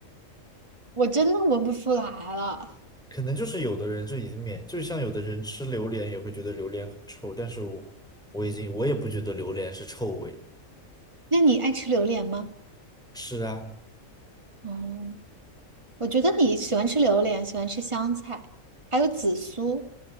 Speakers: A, on the right (about 20°); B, in the centre.
A: 我真的闻不出来了。
B: 可能就是有的人就已经免，就像有的人吃榴莲也会觉得榴莲很臭，但是我我已经我也不觉得榴莲是臭味，
A: 那你爱吃榴莲吗？
B: 是啊，
A: 哦，我觉得你喜欢吃榴莲，喜欢吃香菜，还有紫苏。